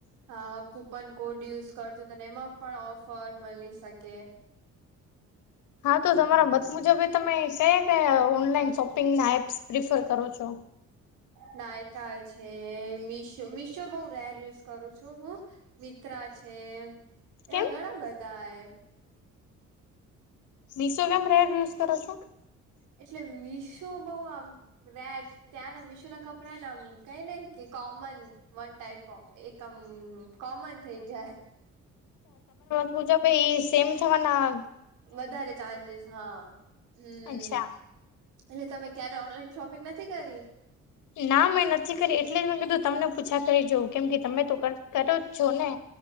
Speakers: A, on the right (about 85°); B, on the left (about 80°).
A: હા કૂપન કોડ યુઝ કરશો તોને એમાં પણ ઓફર મળી શકે
B: હા તો તમારા મત મુજબે તમે કયા કયા ઓનલાઈન શોપિંગના એપ્સ પ્રિફર કરો છો.
A: નાયકા છે મીશો મીશો બઉ રેર યુઝ કરું છું હું મિત્રા છે એવા
B: કેમ
A: ઘણા બધા એ
B: બીસો ગ્રામ રેડ ુઝ કરો છ.
A: એટલે મીશો બઉ આમ રેર ત્યાં ના મીશો ના કપડાને આમ કઈ ન કે કોમન વન ટાઈપ ઓ એકમ કોમન થઈ જાય
B: પૂજા પ એ સેમ થવા ના
A: વધારે ચાન્સીસ હા હમ
B: અચ્છા.
A: એટલે તમે ક્યારે ઓનલાઈન શોપિંગ નથી કરી
B: ના મેં નથી કરી એટલે જ મેં કીધું તમને પૂછા કરી જોઉં કેમ કે તમે તો કરો છો ને